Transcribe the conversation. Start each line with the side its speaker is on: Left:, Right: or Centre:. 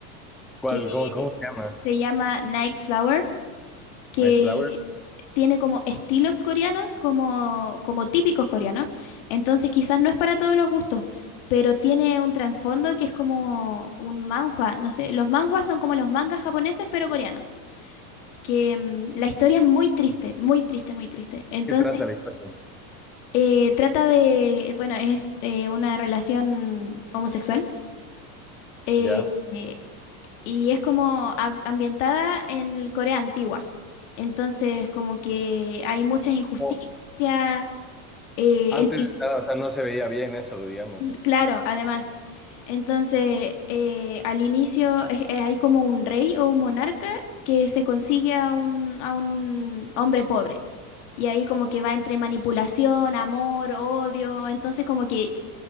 Centre: ¿Cuál?
Left: que
Centre: ¿Cómo, cómo se llama?
Left: se llama Nightflower, que
Centre: ¿Nightflower?
Left: tiene como estilos coreanos, como, como típicos coreanos. Entonces quizás no es para todos los gustos, pero tiene un trasfondo que es como un manhwa. No sé, los manhwas son como los mangas japoneses, pero coreanos. Que mm, la historia es muy triste, muy triste, muy triste. Entonces
Centre: ¿Qué trata la historia?
Left: eh, trata de, eh, bueno, es eh, una relación homosexual eh,
Centre: ¿Ya?
Left: eh, y es como a- ambientada en Corea antigua. Entonces como que hay muchas injusticias
Centre: Como
Left: Eh,
Centre: antes
Left: el prin-
Centre: de estar, o sea, no se veía bien eso, digamos.
Left: claro, además. Entonces, eh, al inicio es- eh, hay como un rey o un monarca que se consigue a un, a un hombre pobre. Y ahí como que va entre manipulación, amor, odio. Entonces como que